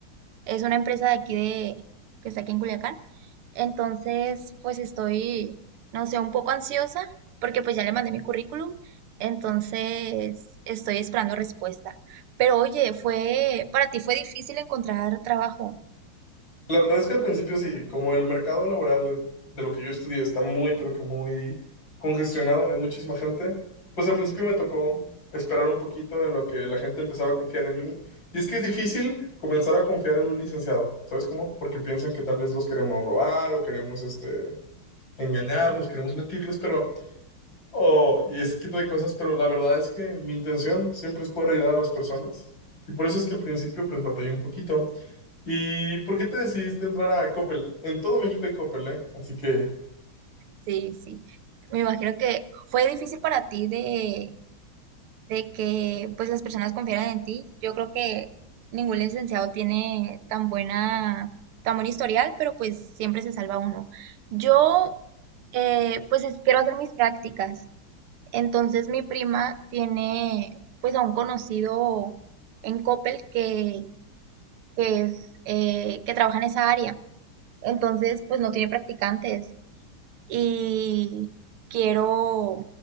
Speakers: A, on the right (about 85°); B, on the left (about 65°).
A: Es una empresa de aquí de, que está aquí en Culiacán. Entonces, pues estoy, no sé, un poco ansiosa porque pues ya le mandé mi currículum. Entonces, estoy esperando respuesta. Pero oye, fue, para ti fue difícil encontrar trabajo.
B: La verdad es que al principio sí, como el mercado laboral de lo que yo estudié está muy, pero que muy congestionado, hay muchísima gente, pues al principio me tocó esperar un poquito en lo que la gente empezaba a confiar en mí. Y es que es difícil comenzar a confiar en un licenciado, ¿sabes cómo? Porque piensan que tal vez los queremos robar o queremos este, engañarlos, queremos mentirles, pero o, y ese tipo de cosas, pero la verdad es que mi intención siempre es poder ayudar a las personas. Y por eso es que al principio pues batallé un poquito. ¿Y por qué te decidiste entrar a Coppel? En todo México hay Coppel, ¿eh? Así que,
A: Sí, sí. Me imagino que fue difícil para ti de de que pues las personas confiaran en ti. Yo creo que ningún licenciado tiene tan buena, tan buen historial, pero pues siempre se salva uno. Yo eh, pues es- quiero hacer mis prácticas. Entonces mi prima tiene pues a un conocido en Coppel que, que es, eh, que trabaja en esa área. Entonces pues no tiene practicantes y quiero,